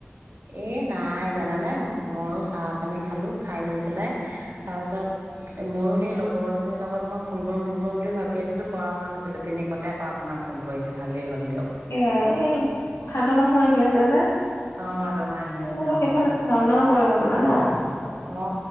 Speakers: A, on the right; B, on the left.
A: এ নাই জানেনে ময়ো চাহ পানী খালো খাই লৈ পেলাই তাৰপিছত ময়ো সেই লগৰজনীৰ লগত মই ফোন কৰিম ফোন কৰিম বুলি ভাবি আছিলো কৰা হোৱা নাছিলে তেনেকুৱাতে আকৌ আপোনাৰ ফোনটো আহিছে। ভালেই হ'ল দিয়ক।
B: এ এই ভাদ মাহো আহি আছে যে।
A: অ ভাদ মাহ আহি
B: <unintelligible>
A: আছে
B: সেইফালেটো
A: অ
B: ভাওনাও কৰে হ'ব ব'লা ন
A: অ